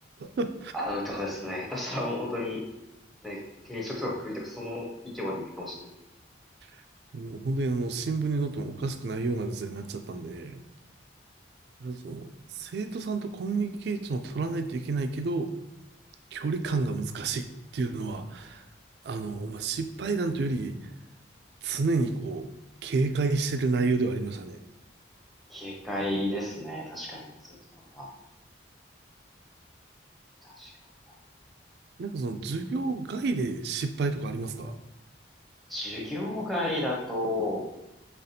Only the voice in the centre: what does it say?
アウトですね。下手したらもう本当に、ね、定食とか首とかその域まで行くかもしれないです。
警戒ですね。確かに、そういうところは。確かに
授業外だと、